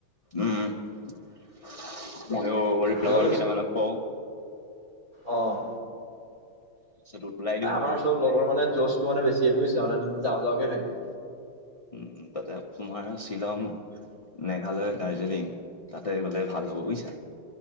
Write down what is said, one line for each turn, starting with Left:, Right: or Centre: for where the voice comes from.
Left: উম অ লগৰকেইতা
Right: লৈ
Left: মানক কওঁ
Right: অঁ
Left: পিছত ওলাই দিওঁ
Right: আমাৰ
Left: আৰু
Right: চব লগৰ মানে জচ তোৰ মানে বেছি বুজিছা মানে যাওঁ যাওঁকে থাকে।
Left: উ তাতে তোমাৰ শ্বিলং, মেঘালয়, দাৰ্জিলিং তাতে গ'লে ভাল হ'ব বুজিছা।